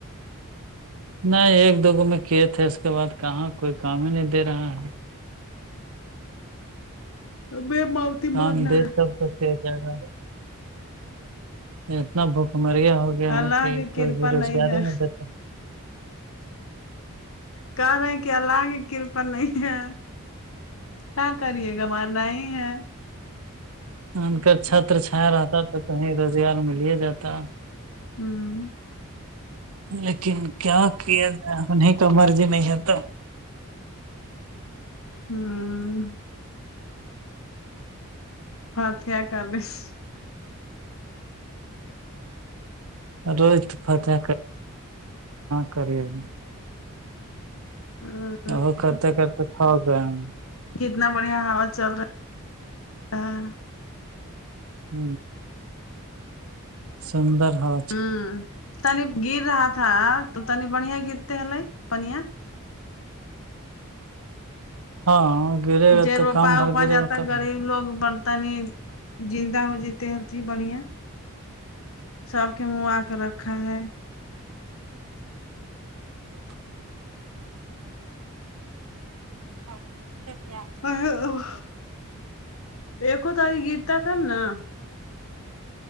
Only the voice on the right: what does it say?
نہیں ایک دوگو میں کھیت ہے اس کے بعد کہاں کوئی کام ہی نہیں دے رہا ہے
کام دے
<unintelligible> اتنا بھکمریا ہو گیا
ہے کہ
کوئی
بے روزگاری
نہیں دیتا
آ کر چھتر چھایا رہتا تو کہیں روزگار ملہی جاتا
لیکن کیا کیا جائے انہیں تو مرضی نہیں ہے تو
روز تو کتنا کری <unintelligible>
ا وہ کرتے کرتے تھک گئے ہیں ہم
ہ سندر ہو
ہاں گرے گا
تو
کام بھر
گرے
گا تب
<inaudible> <unintelligible> <unintelligible>